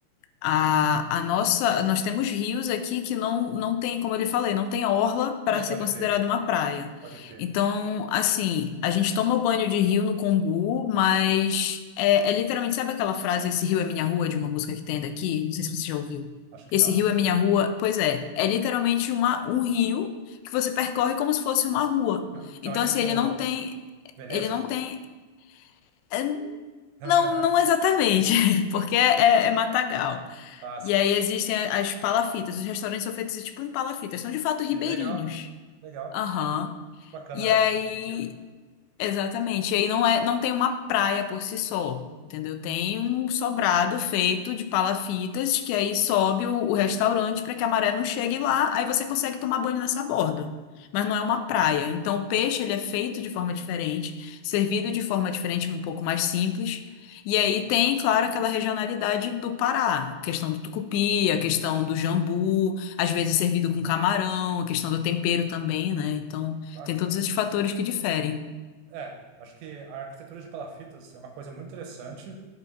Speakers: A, on the left; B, on the right.
A: A, a nossa, nós temos rios aqui que não, não tem, como eu lhe falei, não tem orla para
B: É, pode
A: ser considerada
B: crer,
A: uma praia.
B: pode crer.
A: Então, assim, a gente toma banho de rio no Combu, mas é, é literalmente, sabe aquela frase, esse rio é minha rua, de uma música que tem daqui? Não sei se você já ouviu.
B: Acho que
A: Esse
B: não.
A: rio é minha rua. Pois é, é literalmente uma, um rio que você percorre como se fosse uma rua.
B: <laughs> Então
A: Então,
B: é tipo,
A: assim, ele não tem,
B: Veneza?
A: ele não tem, é,
B: <laughs>
A: não, não exatamente, <laughs> porque é é- é matagal.
B: Ah, sim.
A: E aí existem a- as palafitas. Os restaurantes são feitos tipo em palafitas. São de fato ribeirinhos.
B: Sim, Legal, legal.
A: Aham.
B: Acho Bacana
A: E aí
B: a perspectiva.
A: Exatamente. E aí não é, não tem uma praia por si só, entendeu? Tem um sobrado feito de palafitas que aí sobe o, o restaurante para que a maré não chegue lá, aí você consegue tomar banho nessa borda. Mas não é uma praia. Então o peixe ele é feito de forma diferente, servido de forma diferente, um pouco mais simples. E
B: Uhum.
A: aí tem, claro, aquela regionalidade do Pará, a questão do tucupi, a questão do jambu, às vezes servido com camarão, a questão do tempero também, né? Então
B: Bacana.
A: tem todos esses fatores que diferem.
B: É, acho que a arquitetura de palafitas é uma coisa muito interessante,